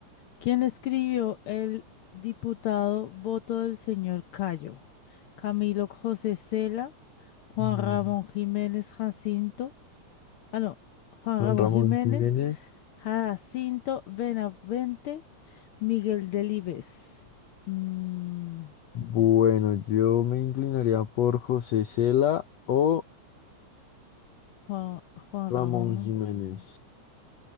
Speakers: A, on the left; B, on the left.
A: ¿Quién escribió el diputado voto del señor Cayo? Camilo José Cela, Juan
B: no.
A: Ramón Jiménez Jacinto. Ah, no, Juan
B: Juan
A: Ramón
B: Ramón
A: Jiménez,
B: Jiménez.
A: Jacinto Benavente, Miguel Delibes. Mm,
B: Bueno, yo me inclinaría por José Cela o
A: Juan, Juan
B: Ramón
A: Ramón,
B: Jiménez.